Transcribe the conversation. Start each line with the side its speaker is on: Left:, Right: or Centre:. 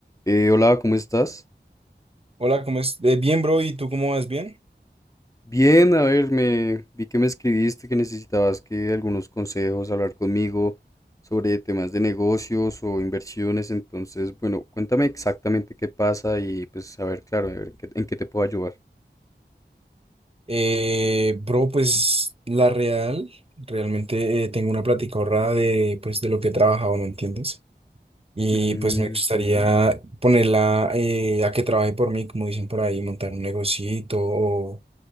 Left: Eh, hola, ¿cómo estás?
Right: Hola, ¿cómo es? eh, bien, bro, ¿y tú cómo vas? ¿Bien?
Left: Bien, a ver, me vi que me escribiste que necesitabas que algunos consejos, hablar conmigo sobre temas de negocios o inversiones. Entonces, bueno, cuéntame exactamente qué pasa y pues a ver, claro, a ver, ¿en qué, en qué te puedo ayudar?
Right: Eh, bro, pues la real, realmente eh, tengo una plática ahorrada de, pues, de lo que he trabajado, ¿me entiendes? Y
Left: Ujú.
Right: pues me gustaría ponerla eh, a que trabaje por mí, como dicen por ahí, montar un negocito o